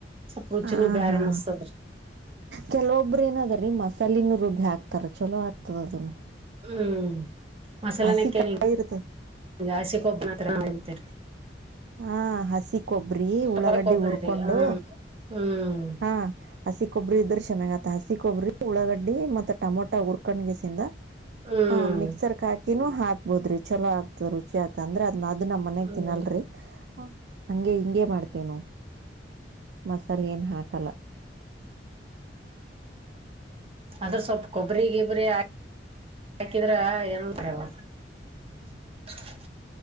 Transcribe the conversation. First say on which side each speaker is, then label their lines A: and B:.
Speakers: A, on the right; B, on the right.
A: ಸ್ವಲ್ಪ ರುಚಿನೂ
B: ಹ
A: ಬ್ಯಾರೆ
B: ಹಾ
A: ಅನ್ಸ್ತದ್ರಿ
B: ಕೆಲವೊಬ್ಬರ ಏನದ್ರೀ ಮಸಾಲೆನ್ನುರುಬ್ ಬ್ಬಿ ಹಾಕ್ತಾರ ಚೊಲೋ ಹತ್ತದ ಅದನ್ನು.
A: ಹ್ಮ್ ಮಸಾಲ
B: ಹಸಿ
A: ನಕ್ಕೇರಿ
B: ಕಾಯಿ ಇರುತ್ತ
A: ಆಸಿಕೋಪನ ಹತ್ರ. ತ್ತಿರ.
B: ಹಾ ಹಸಿ ಕೊಬ್ಬರಿ ಉಳ್ಳಾಗಡ್ಡಿ
A: ಬರ ಕೊಬ್ಬ್ರಿರಿ
B: ಹುರ್ಕೊಂಡು.
A: ಹ್ಮ್ ಹ್ಮ್
B: ಹಾ ಹಸಿ ಕೊಬ್ರಿ ಇದರು ಚೆನ್ನಾಗತ್ತ. ಹಾಸಿ ಕೊಬ್ರರಿ ಉಳ್ಳಾಗಡ್ಡಿ ಮತ್ತೆ ಟಮೊಟ ಉರ್ಕೊಂಡ್ಗೆಸಿಂದ
A: ಹ್ಮ್
B: ಆ ಮಿಕ್ಸರ್ ಹಾಕಿ. ನು ಹಾಕ್ಬೋದ್ರಿ ಚೊಲೋ ಆಗ್ತ ರುಚಿ ಆಗ್ತ ಅ್ರ ಅದ್ ಅ್ ನಮ್ಮ ಮನಯಗ್
A: ಹ್ಮ್
B: ತಿನ್ನಲ್ರರಿ. ಹ ಹಂಗೆ ಹಿಂಗೆ ಮಾಡ್ತಿವ್ ನಾವ್ - ಮಸಾಲ್ ಏನ್ ಹಾಕಲ್ಲ.
A: ಅದ್ರ ಸ್ವಲ್ಪ ಕೊಬ್ಬರಿ ಗಿಬ್ರ ಹಾಕಿದ್ರ ಏನ <unintelligible> <inaudible>